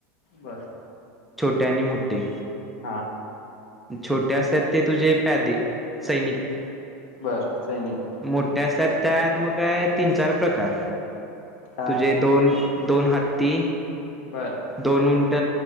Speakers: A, on the left (about 65°); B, in the centre.
A: बर
B: छोट्या आणि मोठे
A: हा
B: छोट्या असतात ते तुझे पॅदे सैनिक
A: बर सैनिक
B: मोठे असतात त्यात मग काय तीन चार प्रकार
A: काय
B: तुझे दोन दोन हत्ती
A: बर
B: दोन उंट